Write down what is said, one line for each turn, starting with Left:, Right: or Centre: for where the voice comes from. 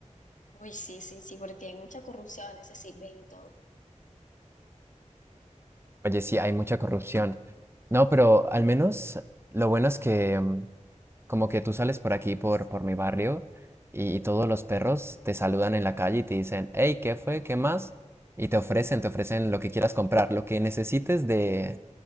Left: Uy, sí, sí, sí, porque hay mucha corrupción en ese Sitbén y todo. O
Right: Oye, sí, hay mucha corrupción. No, pero al menos lo bueno es que mm, Como que tú sales por aquí, por, por mi barrio, y, y todos los perros te saludan en la calle y te dicen, hey, ¿qué fue? ¿Qué más? Y te ofrecen, te ofrecen lo que quieras comprar, lo que necesites de,